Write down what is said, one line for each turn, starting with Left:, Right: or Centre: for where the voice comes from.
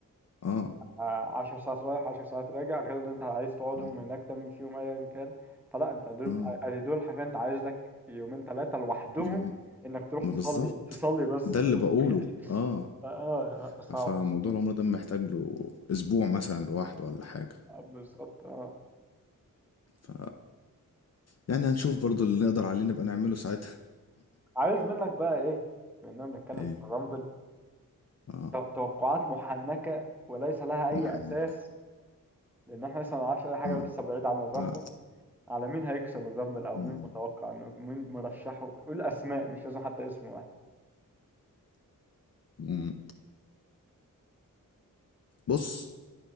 Left: اه
Centre: آه، 10 ساعات رايح 10 ساعات راجع غير إن أنت عايز تقعدهم
Left: م،
Centre: هناك تعمل فيهم أيا كان فلا أنت دول
Left: اه
Centre: أدي دول حرفيا أنت عايز لك يومين ثلاثة لوحدهم
Left: يومين
Centre: إنك تروح
Left: ما
Centre: تصلي
Left: بالظبط
Centre: تصلي بس
Left: ده اللي
Centre: <laughs>
Left: بقوله اه
Centre: اه لا صعبة
Left: فموضوع العمر ده محتاج له اسبوع مثلا لوحده ولا حاجة
Centre: آه، بالظبط اه
Left: ف يعني هنشوف برضو اللي نقدر عليه نبقى نعمله ساعتها
Centre: عايز منك بقى ايه بما بنتكلم
Left: ايه
Centre: في الرامبل
Left: اه
Centre: تو- توقعات محنكة وليس لها اي
Left: محنك
Centre: اساس لان احنا لسه ما نعرفش اي حاجة
Left: اه
Centre: ولسه بعيد عن الرامبل
Left: اه
Centre: على مين هيكسب الرامبل او
Left: م،
Centre: مين متوقع انه مين مرشحه قول اسماء مش لازم حتى اسم واحد
Left: م. بص